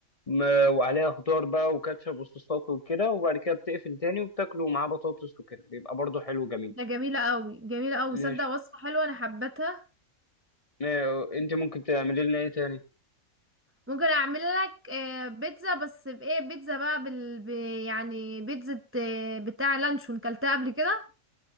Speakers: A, on the left (about 30°); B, on the right (about 20°).
A: م- وعليها خضار بقى وكاتشب وصوصات وكده وبعد كده بتقفل تاني وبتاكله معاه بطاطس وكده بيبقى برضه حلو جميل
B: ده جميلة قوي جميلة قوي صدق
A: ماشي
B: وصفة حلوة انا حبتها
A: ما- انت ممكن تعملي لنا ايه تاني
B: ممكن اعمل لك آه، بيتزا بس بايه بيتزا بقى بال ب- يعني بيتزا آه، بتاع لانشون كلتها قبل كده